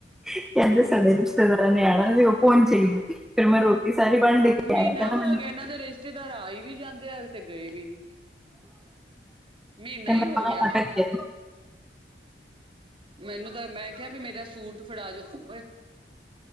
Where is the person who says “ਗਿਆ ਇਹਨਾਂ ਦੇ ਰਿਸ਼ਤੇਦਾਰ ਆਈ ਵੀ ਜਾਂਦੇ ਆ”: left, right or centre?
Right